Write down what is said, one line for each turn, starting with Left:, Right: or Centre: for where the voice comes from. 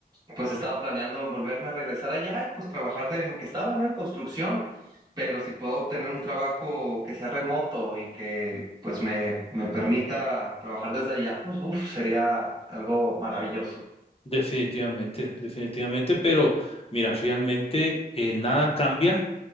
Right: Pues estaba planeando en volverme a regresar allá y pues trabajar de lo que estaba, ¿no? En construcción. Pero si puedo obtener un trabajo que sea remoto y que pues me, me permita trabajar desde allá, pues uf, sería algo maravilloso.
Left: Definitivamente, definitivamente, pero mira, realmente eh, nada cambia